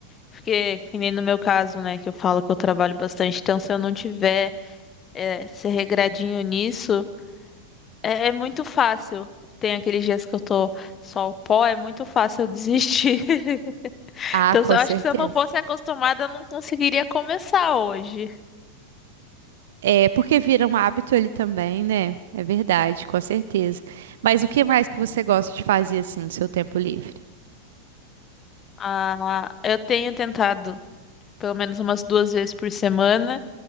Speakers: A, on the left (about 25°); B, on the right (about 60°).
A: porque que nem no meu caso, né, que eu falo que eu trabalho bastante, então se eu não tiver é, ser regradinho nisso, é, é muito fácil. Tem aqueles dias que eu tô só o pó, é muito fácil eu desistir. <laughs>
B: Ah,
A: Então,
B: com
A: eu acho
B: certeza.
A: que se eu não fosse acostumada, eu não conseguiria começar hoje.
B: É porque vira um hábito ali também, né? É verdade, com certeza. Mas o que mais que você gosta de fazer assim no seu tempo livre?
A: Ah, eu tenho tentado, pelo menos umas duas vezes por semana,